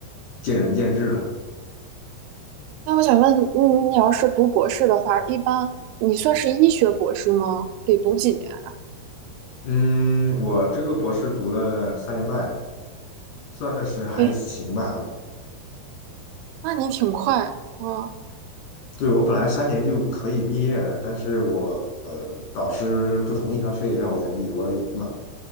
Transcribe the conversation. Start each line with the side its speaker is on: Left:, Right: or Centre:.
Left: 见仁见智了。
Right: 那我想问，你，你要是读博士的话，一般你算是医学博士吗？得读几年呀？
Left: 嗯，我这个博士读了三年半，算是还行吧。
Right: 诶，那你挺快啊！
Left: 对，我本来三年就可以毕业了，但是我呃导师不同意，他非得让我延毕。我满